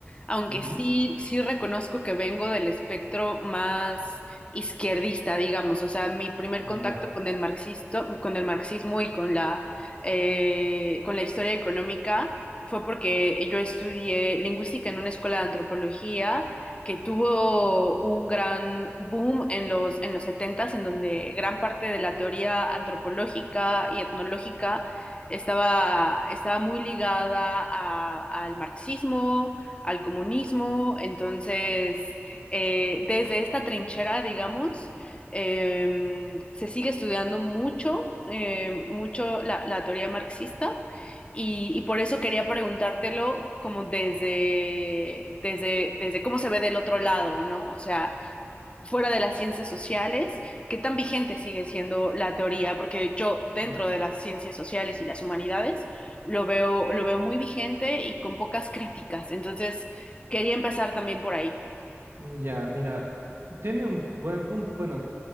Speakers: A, on the left; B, on the right.
A: aunque
B: Ujú.
A: sí, sí reconozco que vengo del espectro más izquierdista, digamos. O sea, mi primer contacto
B: Ya.
A: con el marxisto, con el marxismo y con la, eh, con la historia económica fue porque yo estudié lingüística en una escuela de antropología que tuvo un gran boom en los, en los setentas en donde gran parte de la teoría antropológica y etnológica estaba, estaba muy ligada a- al marxismo, al comunismo, entonces eh, desde esta trinchera, digamos, eh, se sigue estudiando mucho, eh, mucho la, la teoría marxista y, y por eso quería preguntártelo como desde, desde, desde cómo se ve del otro lado, ¿no? O sea, fuera de las ciencias sociales, ¿qué tan vigente sigue siendo la teoría? Porque yo dentro
B: Mm.
A: de las ciencias sociales y las humanidades lo veo, lo veo muy vigente y con pocas críticas. Entonces, quería empezar también por ahí.
B: Ya, mira, tiene un buen, un, bueno,